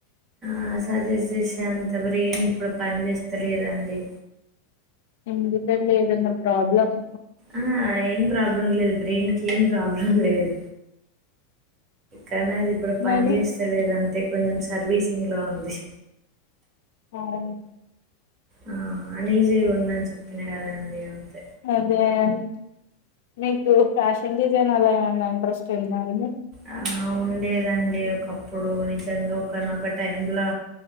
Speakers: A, on the right; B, on the left.
A: ఆ సజెస్ట్ చేసేంత బ్రెయిన్ ఇప్పుడు పని చేస్తలేదండి.
B: ఎందుకండి ఏదన్న ప్రాబ్లమ్
A: ఆ ఏం ప్రాబ్లమ్ లేదు బ్రెయిన్ ఏం ప్రాబ్లమ్ లేదు కానీ అది ఇప్పుడు పంచేస్తలేదంతే
B: మరి
A: కొంచం సర్వీసింగ్లో ఉంది
B: అవునా
A: ఆ అనీజీగా ఉందని చెప్పిన కదండి అందుకు
B: అదా అని మీకు ఫ్యాషన్ డిజైన్ అలా ఏమన్నా ట్రష్టు ఉందా అండి
A: ఆ ఉండేదండి ఒకప్పుడు నిజంగా ఒకనొక టైంలో